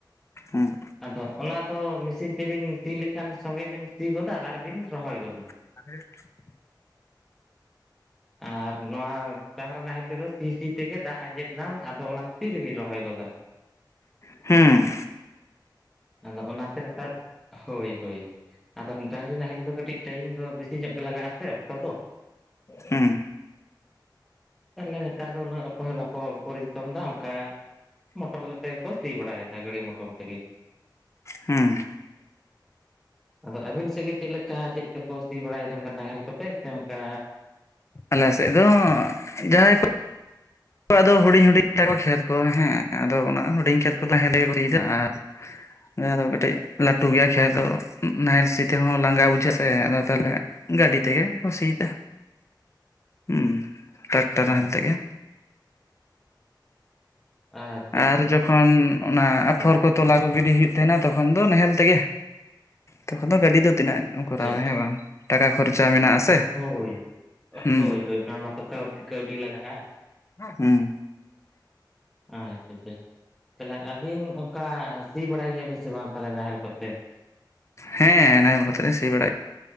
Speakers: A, on the left (about 35°); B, in the centre.
A: ᱦᱩᱸ
B: ᱟᱫᱚ ᱚᱱᱟ ᱫᱚ ᱢᱮᱥᱤᱱ ᱛᱮᱵᱤᱱ ᱥᱤ ᱞᱮᱠᱷᱟᱱ ᱥᱚᱸᱜᱮ ᱵᱤᱱ ᱥᱤ ᱜᱚᱫᱟ ᱟᱨᱵᱤᱱ ᱨᱚᱦᱚᱭ ᱜᱚᱫᱟ
A: <inaudible>
B: ᱟᱨ ᱱᱚᱶᱟ ᱰᱟᱸᱝᱨᱟ ᱱᱟᱦᱮᱞ ᱛᱮᱫᱚ ᱥᱤ ᱥᱤ ᱛᱮᱜᱮ ᱫᱟᱜ ᱟᱸᱡᱮᱫ ᱚᱱᱟ ᱟᱫᱚ ᱛᱤ ᱨᱮᱵᱤᱱ ᱨᱚᱦᱚᱭ ᱜᱚᱫᱟ?
A: ᱦᱮᱸ
B: ᱟᱫᱚ ᱚᱱᱟᱛᱮ ᱱᱮᱛᱟᱨ ᱦᱳᱭ ᱦᱳᱭ ᱟᱫᱚ ᱰᱟᱹᱟᱝᱨᱤ ᱱᱟᱦᱮᱞ ᱨᱮᱫᱚ ᱠᱟᱹᱴᱤᱡ ᱴᱟᱭᱤᱢ ᱫᱚ ᱵᱤᱥᱤ ᱧᱚᱜ ᱜᱮ ᱞᱟᱜᱟᱜᱼᱟ ᱥᱮ ᱚᱠᱛᱚ ᱫᱚ
A: ᱦᱩᱸ
B: ᱛᱟᱦᱚᱞᱮ ᱱᱮᱛᱟᱨ ᱫᱚ ᱩᱱᱟᱹᱜ ᱚᱠᱚᱭ ᱦᱚᱸ ᱵᱟᱠᱚ ᱯᱚᱨᱤᱥᱨᱚᱢ ᱮᱫᱟ ᱚᱱᱠᱟ ᱢᱚᱴᱚᱨ ᱛᱮ ᱠᱚ ᱥᱤ ᱵᱟᱲᱟᱭᱮᱫᱟ ᱡᱟᱸᱦᱟ ᱜᱟᱲᱤ ᱢᱚᱴᱚᱨ ᱛᱮᱜᱮ
A: ᱦᱮᱸ
B: ᱟᱫᱚ ᱟᱹᱵᱤᱱ ᱥᱮᱫ ᱜᱮ ᱪᱮᱫ ᱞᱮᱠᱟ ᱪᱮᱫ ᱛᱮᱠᱚ ᱥᱤ ᱵᱟᱲᱟᱭ ᱫᱟ ᱚᱱᱠᱟ ᱱᱟᱦᱮᱞ ᱠᱚᱛᱮ ᱥᱮ ᱚᱱᱠᱟ
A: ᱟᱞ ᱥᱮᱫ ᱫᱚ ᱡᱟᱦᱟᱸᱭ ᱠᱚ <unintelligible> ᱦᱩᱰᱤᱧ ᱦᱩᱰᱤᱧ ᱛᱟᱠᱚ ᱠᱷᱮᱛ ᱠᱚ ᱦᱮᱸ ᱟᱫᱚ ᱚᱱᱟ ᱦᱩᱰᱤᱧ ᱠᱷᱮᱛ ᱠᱚᱫᱚ ᱦᱮᱸᱞᱮ ᱥᱤᱭᱮᱫᱟ ᱟᱨ ᱡᱟᱦᱟᱸ ᱫᱚ ᱠᱟᱹᱴᱤᱡ ᱞᱟᱹᱴᱩ ᱜᱮᱭᱟ ᱠᱷᱮᱛ ᱱᱟᱦᱮᱞ ᱥᱤ ᱛᱮᱦᱚᱸ ᱞᱟᱸᱜᱟ ᱵᱩᱡᱷᱟᱹᱜᱼᱟ ᱥᱮ ᱟᱫᱚ ᱛᱟᱦᱚᱞᱮ ᱜᱟᱹᱰᱤ ᱛᱮᱜᱮ ᱠᱚ ᱥᱤᱭᱫᱟ ᱦᱮᱸ ᱴᱨᱟᱠᱴᱟᱨ
B: ᱚ
A: ᱱᱟᱦᱮᱞ ᱛᱮᱜᱮ᱾
B: ᱟᱪᱪᱷᱟ ᱟᱪᱪᱷᱟ
A: ᱟᱨ
B: ᱟᱪᱪᱷᱟ
A: ᱡᱚᱠᱷᱚᱱ ᱚᱱᱟ ᱟᱯᱷᱚᱨ
B: ᱟᱪᱪᱷᱟ
A: ᱠᱚ ᱛᱚᱞᱟ ᱠᱚ ᱜᱤᱰᱤ ᱦᱩᱭᱩᱜ ᱛᱟᱦᱮᱱᱟ ᱛᱚᱠᱷᱚᱱ ᱫᱚ ᱱᱟᱦᱮᱞ ᱛᱮᱜᱮ ᱛᱚᱠᱷᱚᱱ ᱫᱚ ᱜᱟᱹᱰᱤ ᱫᱚ ᱛᱤᱱᱟᱹᱜ ᱮᱢ ᱠᱚᱨᱟᱣᱟ
B: ᱟᱪᱪᱷᱟ
A: ᱦᱮᱸ ᱵᱟᱝ ᱴᱟᱠᱟ ᱠᱷᱚᱨᱪᱟ ᱢᱮᱱᱟᱜ ᱟᱥᱮ
B: ᱦᱳᱭ
A: ᱦᱩᱸ
B: ᱦᱳᱭ ᱦᱳᱭ ᱚᱱᱟ ᱢᱟᱛᱚ ᱠᱟᱹ ᱠᱟᱹᱣᱰᱤ ᱞᱟᱜᱟᱜᱼᱟ
A: ᱦᱩ
B: ᱟᱪᱪᱷᱟ ᱟᱪᱷᱟ ᱛᱟᱦᱞᱮ ᱟᱹᱵᱤᱱ ᱚᱱᱠᱟ ᱥᱤ ᱵᱟᱲᱟᱭ ᱜᱮᱭᱟᱵᱤᱱ ᱥᱮ ᱵᱟᱝ ᱛᱟᱦᱚᱞᱮ ᱱᱟᱦᱮᱞ ᱠᱚᱛᱮ?
A: ᱦᱮᱸ ᱱᱟᱦᱮᱞ ᱠᱟᱛᱮ ᱞᱤᱧ ᱥᱤ ᱵᱟᱲᱟᱭ